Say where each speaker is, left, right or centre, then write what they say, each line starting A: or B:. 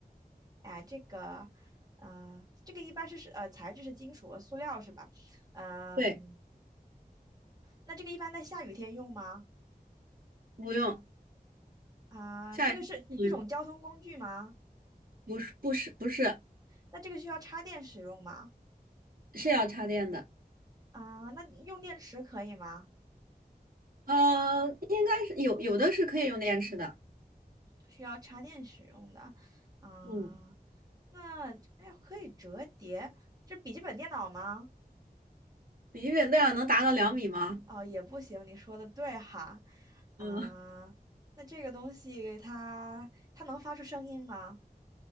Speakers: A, on the right (about 25°); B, on the right (about 65°).
A: 哎呀，这个，呃，这个一般是是呃材质是金属和塑料是吧？嗯、
B: 对，
A: 那这个一般在下雨天用吗？
B: 不用，
A: 啊、
B: 下一不能用，
A: 这个是一种交通工具吗？
B: 不是不是不是
A: 那这个需要插电使用吗？
B: 是要插电的，
A: 啊、那用电池可以吗？
B: 呃，应该是有有的是可以用电池的，
A: 需要插电使用的。嗯、
B: 嗯
A: 那哎可以折叠，这笔记本电脑吗？
B: 笔记本电脑能达到两米吗？
A: 哦，也不行，你说的对哈，啊、
B: 嗯，
A: 那这个东西它它能发出声音吗？